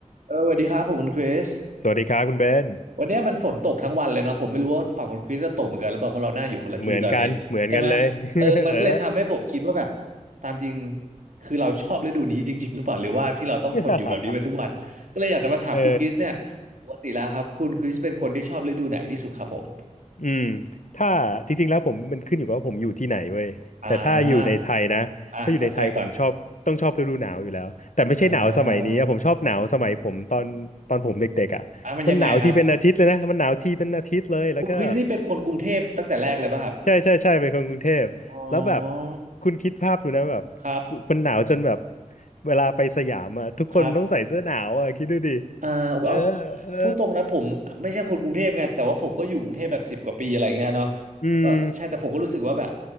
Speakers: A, on the right; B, on the left.
A: เออสวัสดีครับผมคุณคริส
B: สวัสดีครับคุณเบน
A: วันเนี้ยมันฝนบตกทั้งวันเลยเนาะผมไม่รู้ว่าฝั่งคุณคริสจะตกเหมือนกันหรือเปล่าเพราะเราหน้าอยู่คนละที่ตอนนี้ใช่ไหม
B: เหมือนกันเหมือนกันเลย <laughs>
A: เออมันก็เลยทำให้ผมคิดว่าแบบ
B: เออ
A: ตามจริงคือเราชอบฤดูนี้จริงๆหรือเปล่าหรือว่าที่เราต้องทนอยู่แบบนี้ไปทุกวันก็เลยอยากจะมาถามคุณคริสเนี่ย
B: <laughs> เออ
A: ปกติแล้วครับคุณคริสเป็นคนที่ชอบฤดูไหนที่สุดครับผม
B: อืมถ้าจริงๆแล้วผมมันขึ้นอยู่กับว่าผมอยู่ที่ไหนเว้ยแต่ถ้าอยู่ในไทยนะถ้าอยู่ในไทยผมชอบต้องชอบฤดูหนาวอยู่แล้วแต่ไม่ใช่หนาวสมัยนี้อะผมชอบหนาวสมัยผมตอนตอนผมเด็กๆอ่ะมันหนาวที่เป็นอาทิตย์เลยนะมันหนาวที่เป็นอาทิตย์เลยแล้วก็
A: อ่าอ่ะเอาไทยก่อนอ่าอ่ะมันยังไงครับคุณคริสนี่เป็นคนกรุงเทพตั้งแต่แรกเลยป่ะครับ
B: ใช่ใช่ใช่เป็นคนกรุงเทพแล้วแบบ
A: อ๋อ
B: คุณคิดภาพดูนะแบบ
A: ครับ
B: มันหนาวจนแบบเวลาไปสยามอ่ะทุกคนต้องใส่เสื้อหนาวอ่ะคิดดูดิ
A: ครับ อ่าเอา
B: เออเออ
A: พูดตรงนะผมไม่ใช่คนกรุงเทพไงแต่ว่าผมก็อยู่กรุงเทพแบบสิบกว่าปีอะไรเงี้ยเนาะแล้วก็ใช่แต่ผมก็รู้สึกว่าแบบ
B: อืม